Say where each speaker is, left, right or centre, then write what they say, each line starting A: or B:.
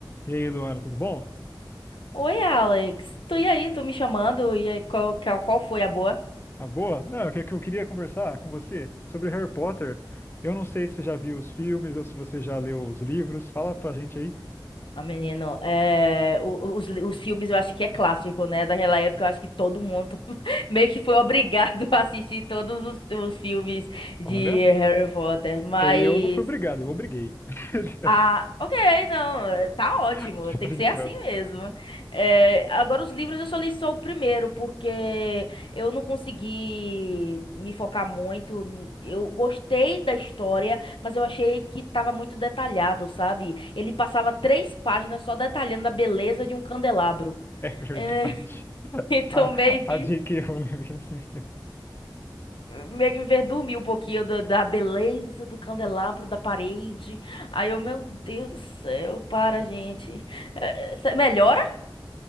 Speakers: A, on the left (about 30°); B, on the left (about 80°).
A: E aí, Luana, tudo bom?
B: Oi, Alex. Tu e aí? Tu me chamando? E aí, qual, qual, qual foi a boa?
A: Tá boa? Não, o que que eu queria conversar com você sobre Harry Potter. Eu não sei se você já viu os filmes ou se você já leu os livros. Fala pra gente aí.
B: Ah, menino, é, o- os, os filmes eu acho que é clássico, né? Daquela época eu acho que todo mundo <laughs> meio que foi obrigado <laughs> a assistir todos os, os filmes de
A: Olha,
B: Harry Potter. Mas
A: eu não fui obrigado, eu obriguei. <laughs>
B: Ah, ok, não, eh, tá ótimo,
A: Tô
B: tem
A: brincando.
B: que ser assim mesmo. Eh, agora, os livros eu só li só o primeiro, porque eu não consegui me focar muito. n- Eu gostei da história, mas eu achei que tava muito detalhado, sabe? Ele passava três páginas só detalhando a beleza de um candelabro.
A: É verdade.
B: Eh, <laughs> então,
A: A,
B: meio
A: a
B: que.
A: J.K. Rowling vem assim.
B: meio que me enverdume um pouquinho da, da beleza do candelabro, da parede. Aí eu, meu Deus do céu, para, gente. É, cê- melhora?